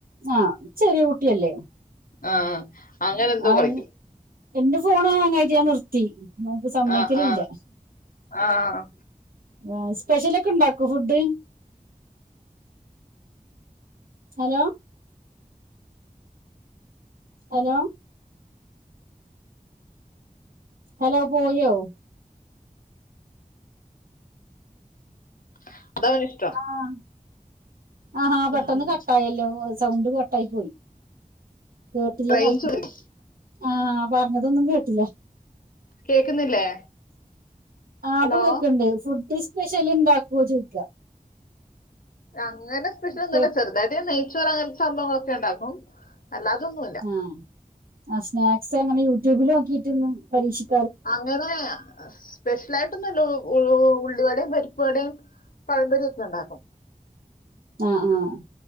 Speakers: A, on the right (about 80°); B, on the left (about 75°).
A: ആഹ് ചെറീ കുട്ടിയല്ലേ
B: ആഹ് അങ്ങനെ എന്തോ
A: ആഹ്
B: കളിക്കും
A: ഇന് എന്റെ ഫോണ് ഹാങ്ങായിട്ട് ഞാൻ നിർത്തി <inaudible> സമ്മയിക്കലില്ല
B: ആഹ് ആഹ് ആഹ്
A: ആഹ് സ്പെഷ്യല് ഒക്കെ ഉണ്ടാക്കോ ഫുഡ് ഹലോ ഹലോ ഹലോ പോയോ
B: <unintelligible>
A: ആഹ് ആഹ് ഹ പെട്ടെന്ന്
B: ഉം
A: കട്ടായല്ലോ സൗണ്ട് കട്ടായി പോയി കേട്ടില്ല
B: റേഞ്ച്
A: പറഞ്ഞത്
B: വിളിക്കും.
A: അഹ് പറഞ്ഞതൊന്നും കേട്ടില്ല
B: കേക്കുന്നില്ലേ
A: ആപ്പകേക്ക്‌
B: ഹലോ
A: ണ്ട് ഫുഡ് ഇസ് സ്പെഷൽ ഇണ്ടാക്കുവോ ചോയ്ക്ക
B: അങ്ങനെ സ്പെഷ്യൽ ഒന്നുമല്ല
A: കേ-
B: അങ്ങനെ സ്പഷ്ല്ന്നുല ചെറുതയിട്ട്ഞ നെയ്ച്ചോർ അങ്ങനത്തെ സംഭവങ്ങളൊക്കെഇണ്ടാകും അല്ലാതൊന്നു
A: ആഹ് ആ സ്നാക്സ് അങ്ങനെ യൂട്യൂബില് നോക്കിട്ടൊന്നും പരീക്ഷിക്
B: അങ്ങനെ സ്പെഷ്യലആയിട്ടൊന്നുല്ല ഉള്ളി വടെം പരിപ്പവടെം <unintelligible> ഉണ്ടാക്കും
A: ആഹ് ആഹ്